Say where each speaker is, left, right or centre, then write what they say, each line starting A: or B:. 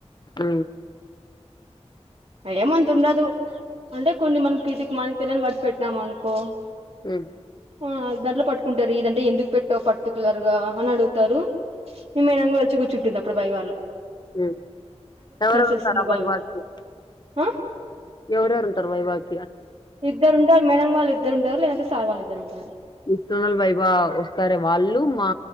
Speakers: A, on the left (about 40°); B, on the right (about 60°).
A: అ
B: ఏమంత ఉండదు అంటే కొన్ని మనం కీతిక మనకి తెలిని పడి పెట్టినాము అనుకో
A: మ్మ్
B: ఆ దాంట్లో పట్టుకుంటారు ఇదంటే ఎందుకు పెట్టావు పర్టికులర్ గా అని అడుగుతారు నిం మ ఏనంగ వచ్చ కూర్చు దప్పుడు భై వాళు
A: మ్మ్ ఎవరే
B: వేస్తుంది
A: ఉంటారు వైవా
B: బాగా
A: కి
B: ఆ
A: ఎవరేరు ఉంటారు వైవా కి
B: ఇద్దరు ఉంటారు మేడం వాళ్ళు ఇద్దరు ఉంటారు లేదంటే సార్ వాళ్ళు ఇద్దరు ఉంటారు
A: ఎక్స్టర్నల్ వైవా వస్తారే వాళ్ళు మా